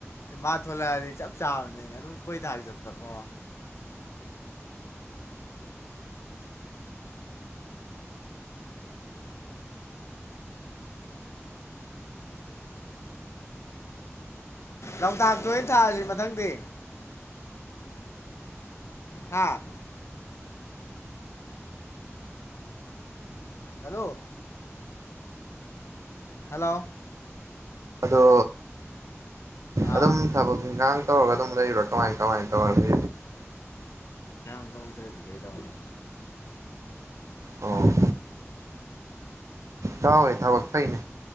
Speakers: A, on the left (about 65°); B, on the right (about 80°).
A: ꯃꯥ ꯊꯣꯂꯛꯑꯗꯤ ꯆꯞ ꯆꯥꯕꯅꯦ ꯑꯗꯨꯝ ꯈꯣꯏ ꯗꯥꯒꯤ ꯃꯇꯝꯗꯀꯣ ꯂꯣꯛꯇꯥꯛꯇ ꯑꯣꯏꯅ ꯊꯥꯔꯥꯁꯤ ꯃꯊꯪꯗꯤ ꯍꯥꯥ ꯍꯜꯂꯣ ꯍꯜꯂꯣ
B: ꯑꯗꯣ
A: ꯑꯥ
B: ꯑꯗꯨꯝ ꯊꯕꯛ ꯏꯟꯒꯥꯡ ꯇꯧꯔꯒ ꯑꯗꯨꯝ ꯂꯩꯕ꯭ꯔꯥ ꯀꯃꯥꯏ ꯀꯃꯥꯏ ꯇꯧꯔꯒ
A: ꯅꯣꯝꯗ꯭ꯔꯗꯤ ꯀꯩꯗꯧꯅꯤ
B: ꯑꯣ ꯇꯥꯎꯋꯦ ꯊꯕꯛ ꯐꯩꯅꯦ